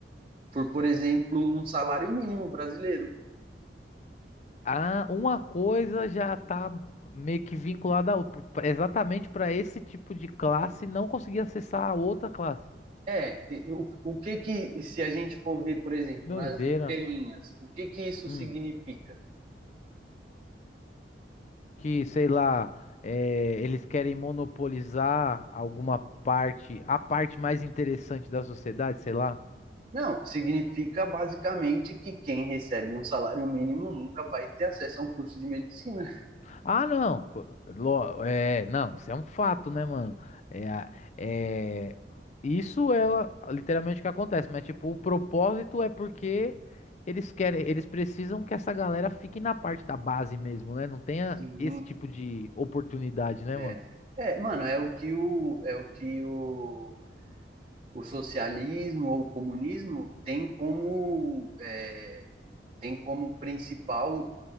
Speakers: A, on the right (about 35°); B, on the left (about 40°).
A: por, por exemplo, um salário mínimo brasileiro.
B: Ah, uma coisa já tá meio que vinculada a outra, exatamente para esse tipo de classe não conseguir acessar a outra classe.
A: É, o, o que que, se a gente for ver, por exemplo,
B: Doideira.
A: nas entrelinhas, o que que isso
B: Hum.
A: significa?
B: Que, sei lá, é, eles querem monopolizar alguma parte, a parte mais interessante da sociedade, sei lá.
A: Não, significa basicamente que quem recebe um salário mínimo nunca vai ter acesso a um curso de medicina.
B: Ah, não. co- lo- É, não, isso é um fato, né, mano? É, a- é, isso é a- literalmente o que acontece, mas tipo, o propósito é porque eles querem, eles precisam que essa galera fique na parte da base mesmo, né? Não tenha
A: Sim,
B: esse tipo de oportunidade, né,
A: é.
B: mano?
A: É, mano, é o que o, é o, que o, o socialismo ou o comunismo tem como, é, tem como principal,